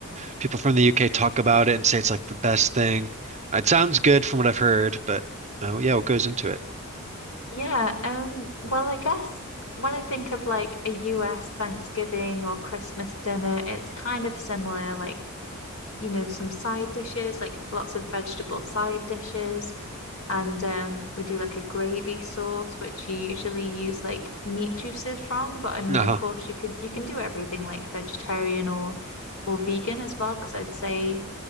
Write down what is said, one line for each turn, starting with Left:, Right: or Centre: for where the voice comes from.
Right: people from the UK talk about it and say it's like the best thing. It sounds good from what I've heard, but uh, yeah, what goes into it?
Left: yeah. Um, well, I guess when I think of like a US Thanksgiving or Christmas dinner, it's kind of similar. Like you know, some side dishes, like lots of vegetable side dishes. And um, we do like a gravy sauce, which you usually use like meat juices from. But I mean,
Right: Uh-huh.
Left: of course, you can you can do everything like vegetarian or or vegan as well, because I'd say,